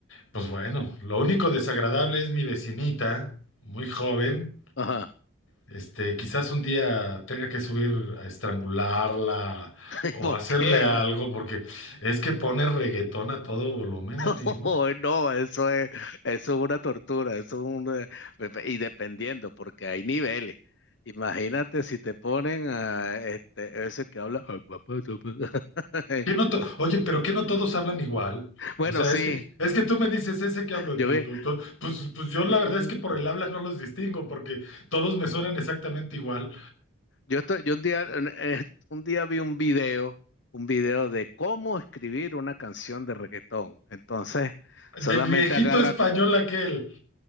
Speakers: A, on the left; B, on the left.
A: pues bueno, lo único desagradable es mi vecinita, muy joven.
B: Ajá.
A: Este, quizás un día tenga que subir a estrangularla
B: <laughs> ¿Y
A: o
B: por
A: hacerle
B: qué?
A: algo, porque es que pone reggaetón a todo volumen,
B: <laughs>
A: amigo.
B: Oh, no, eso es, eso es una tortura, eso es un... eh, Y dependiendo, porque hay niveles. Imagínate si te ponen a este, ese que habla... <laughs>
A: que no to- Oye, pero que no todos hablan igual.
B: Bueno,
A: O sea,
B: sí,
A: es que, es que tú me dices ese que hablo,
B: yo
A: tú,
B: vi...
A: tú, tú. Pues, pues yo la
B: <laughs>
A: verdad es que por el habla no los distingo, porque todos me suenan exactamente igual.
B: Yo estoy, yo un día, eh, un día vi un video, un video de cómo escribir una canción de reggaetón. Entonces, solamente
A: Del viejito
B: agarra
A: español aquel.